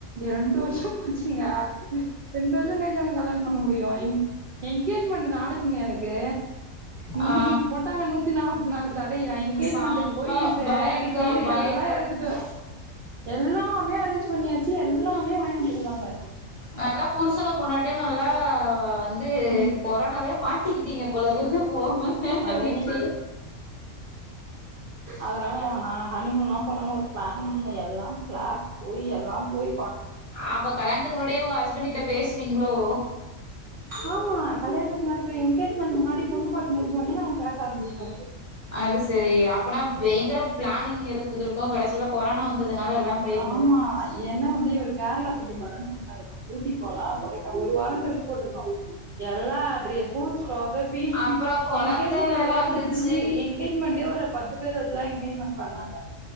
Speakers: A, on the right; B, on the left.
A: இரண்டு வருஷ போச்சுங்க ரெண்டு வருஷ கழிச்சாங்க கல்யாண பண்ண முடியு என்ங்கேஜ்மெண்ட் நாளைக்குங்க எனக்கு
B: ஆ
A: இன்னைக்கு இ போட்டாங்க நூத்தி நாற்பத்தி நாலு தடை எனங்கேஜ்மெண்டக்கு
B: செம்ம
A: போய் சேரி
B: பயங்கர
A: கீரி
B: பயங்கர
A: எல்லா எடுத்துட்டு எல்லாமே அரேஞ்ச் பண்ணியாச்சு எல்லாமே வாங்கிட் வந்துந்தாங்க
B: நல்லா புருசன்னு பொண்டாட்டியு நல்லா வந் து
A: ம்
B: கொரோனாலே மாட்டிக்கிட்டீங்க போல வெள போவோம்ம
A: அட
B: வீட்லயே
A: அதன நாங்க ஹனிமூன்லா போலனு ஒரு பிளான் எல்லா பிளா போயி எல்லா போயி
B: அப்ப கல்யாணத்துக்கு முன்னாடியே உங்க ஹஸ்பண்ட் கிட்ட பேசுனீங்கலோ
A: ஆமா கல்யாணக்கு முன்னாடி போய் எனங்கேஜ்மெண்ட் முன்னாடி பொண்ணு பாத்துு முச்சோடனே நாங்க பேச ஆரம்பிச்சிட்டோ
B: அது சரி அப்பனா பயங்கர பிளானிங் இருந்திருக்கு கடைசியில கொரோனா வந்ததுனால எல்லா போயிர்
A: ஆமா என்ன வந்து இவரு கேரளா கூட்டின்போர சொன்னாரு நம் ஊட்டி போலாம் கொடைக்கா ஒரு வாரம் ட்ரிப் போட்ருந்தோ எல்லா ட்ரிபூ சொதப்பி
B: அப்புறோ கொழந்த
A: எனங்கேஜ்மெண்ட்ல
B: வேற வந்துருச்சு
A: முடிஞ்சு எனங்கேஜ்மெண்டே ஒரு பத்து பேர் வச்சு தா எங்கேஜ்மென்ட் பண்ணாங்க